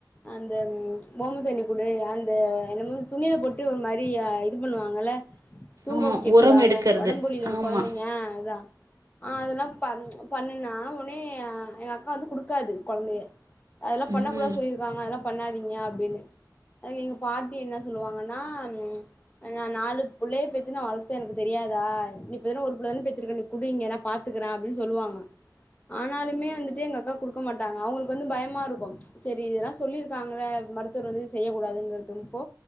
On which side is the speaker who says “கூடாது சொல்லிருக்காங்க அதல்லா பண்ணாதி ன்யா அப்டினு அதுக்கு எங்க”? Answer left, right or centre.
Left